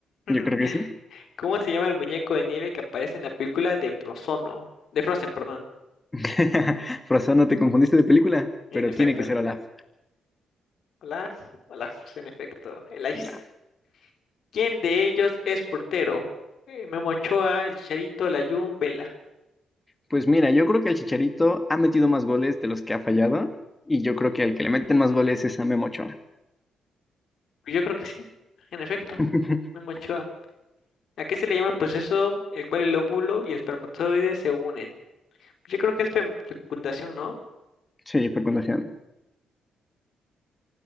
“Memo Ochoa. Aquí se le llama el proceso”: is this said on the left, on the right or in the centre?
Left